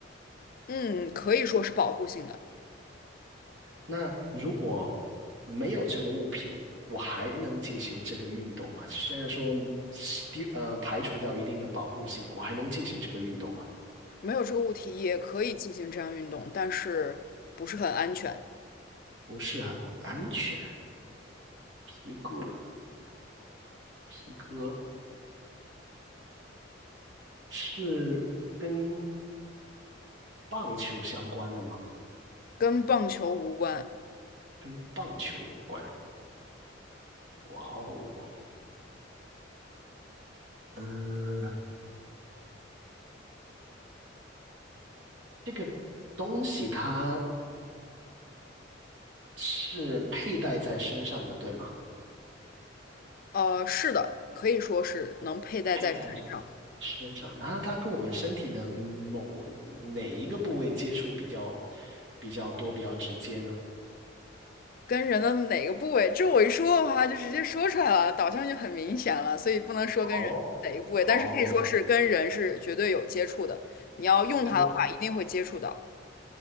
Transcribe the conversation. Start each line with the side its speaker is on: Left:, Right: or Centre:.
Left: 嗯，可以说是保护性的。
Right: 那如果没有这个物品，我还能进行这个运动吗？虽然说是第呃排除掉一定的保护性，我还能进行这个运动吗？
Left: 没有这个物体也可以进行这样运动，但是不是很安全，
Right: 不是很安全。皮革，皮革是跟棒球相关的吗？
Left: 跟棒球无关。
Right: 跟棒球无关。哇哦，嗯，这个东西它是佩戴在身上的，对吗？
Left: 呃，是的，可以说是能佩戴在身上，
Right: 佩戴在。身上，它它跟我们身体的某哪一个部位接触比较比较多、比较直接呢？
Left: 跟人的哪个部位，这我一说的话就直接说出来了，导向就很明显了，所以不能说跟人哪个部位，
Right: 哦哦，
Left: 但是可以说是跟人是绝对有接触的。你要用它的话，
Right: 跟
Left: 一定会接触到。